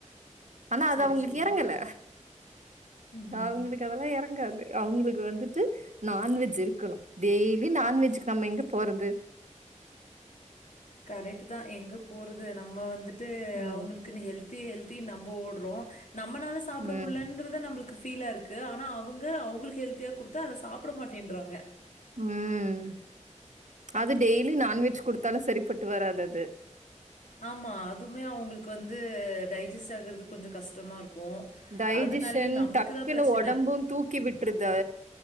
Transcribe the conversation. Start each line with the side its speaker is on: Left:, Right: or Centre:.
Right: ஆனா அது
Left: சரி,
Right: அவங்களுக்கு
Left: சரி.
Right: இறங்கல
Left: ம்.
Right: அவங்களுக்கு அதெல்லாம் இறங்காது அவங்களுக்கு வந்துட்டு நான்வெஜ் இருக்கணும் டெய்லி நான்வெஜ்கு நம்ம எங்க போறது
Left: கரெக்ட் தான் எங்க போறது நம்ம வந்து
Right: ம்,
Left: அவங்களுக்குன்னு ஹெல்தி ஹெல்த் த்தி நம்ப ஓடுறோ நம்மளால சாப்பிட
Right: ம்,
Left: முடியலன்றத நம்மளுக்கு ஃபீலா இருக்கு இருக்கு ஆனா அவங்க அவங்களுக்கு ஹெல்தியா கொடுத்தா அதை சாப்பிட மாட்டேன்றாங்க
Right: உம் அது டெய்லி நான்வெஜ் கொடுத்தாலும் சரிப்பட்டு வராது அது
Left: ஆமா அதுமே அவங்களுக்கு வந்து டைஜஸ்ட் ஆகுறது கொஞ்சம் கஷ்டமா இருக்கும்
Right: டைஜஷன்
Left: அதனாலயும் நம்மளுக்கு
Right: டக்குன்னு
Left: தான் பிரச்சன.
Right: உடம்பும் தூக்கி விட்டுருதுா